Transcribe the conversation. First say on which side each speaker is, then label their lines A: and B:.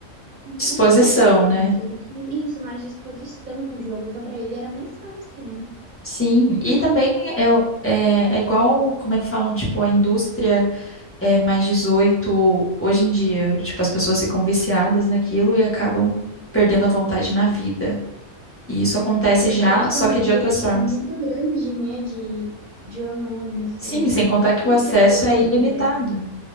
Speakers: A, on the right; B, on the left.
A: como-
B: Disposição,
A: não é, não é potência,
B: né?
A: ele tinha isso, mais disposição no jogo. Então, pra ele era mais fácil, né?
B: Sim, e também é, o- é, é igual, como é que falam, tipo, a indústria é mais 18 hoje em dia. Tipo, as pessoas ficam viciadas naquilo e acabam perdendo a vontade na vida. E isso acontece
A: Porque
B: já,
A: eu acho que
B: só
A: é uma
B: que
A: liberação
B: de outras formas.
A: muito grande, né, de, de hormônio, assim.
B: Sim, sem contar que
A: Eu
B: o acesso
A: não sei qual hormônio
B: é ilimitado.
A: libera.